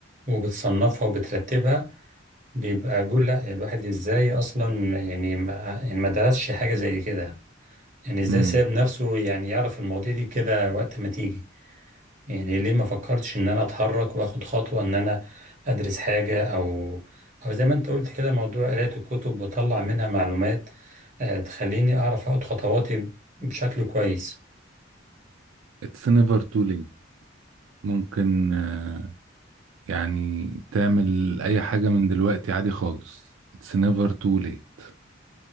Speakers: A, on the right (about 40°); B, on the right (about 85°).
A: وبتصنفها وبترتبها بيبقى بيقول لا الواحد إزاي أصلا يعني ما, يعني ما درسش حاجة زي كده يعني إزاي
B: امم
A: ساب نفسه يعني يعرف المواضيع دي كده وقت ما تيجي يعني ليه ما فكرتش ان انا اتحرك واخد خطوة ان انا ادرس حاجة او او زي ما انت قلت كده موضوع قراية الكتب واطلع منها معلومات آه، تخليني اعرف اخد خطواتي بشكل كويس
B: it's never too late ممكن آه، يعني تعمل اي حاجة من دلوقتي عادي خالص it's never too late